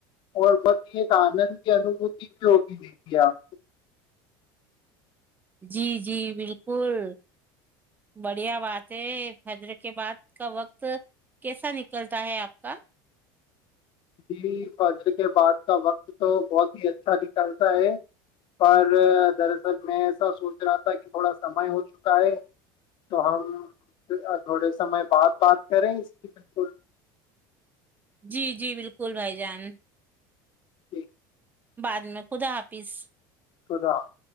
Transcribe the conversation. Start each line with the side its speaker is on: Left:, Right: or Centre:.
Left: اور بہت ہی ایک آنند کی انوبوتی بھی ہوگی دیکھی آپ
Right: جی جی بالکل بڑھیا بات ہے حضرت کے بعد کا وقت کیسا نکلتا ہے آپ کا
Left: جی فجر کے بعد کا وقت تو بہت ہی اچھا نکالتا ہے پر دراصل میں ایسا سوچ رہا تھا کہ تھوڑا سمئے ہو چکا ہے تو ہم تھوڑے سمے بعد بات کریں اس کی بالکل
Right: جی جی بالکل بھائی جان
Left: جی
Right: بعد میں خدا حافظ
Left: تودا <unintelligible>